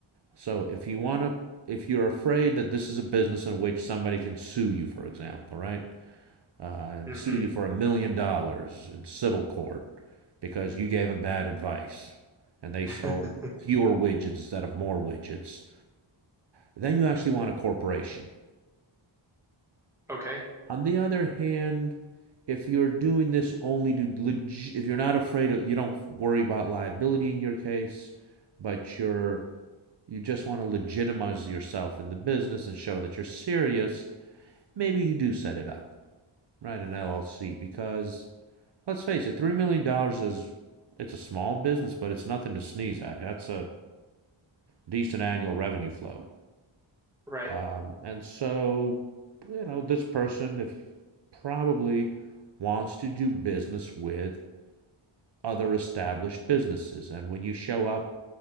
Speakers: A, on the right; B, in the centre.
A: So if you want to, if you're afraid that this is a business in which somebody can sue you, for example, right, uh, and
B: hmm
A: sue you for a million dollars in civil court because you gave them bad advice and they
B: <laughs>
A: sold fewer widgets instead of more widgets, then you actually want a corporation
B: Okay.
A: On the other hand, if you're doing this only to leg- if you're not afraid of you don't worry about liability in your case, but you're you just want to legitimize yourself in the business and show that you're serious, maybe you do set it up, right? An LLC because let's face it, 3 million dollars is it's a small business, but it's nothing to sneeze at. That's a decent annual revenue flow.
B: Right.
A: Um, and so, you know, this person if probably wants to do business with other established businesses. And when you show up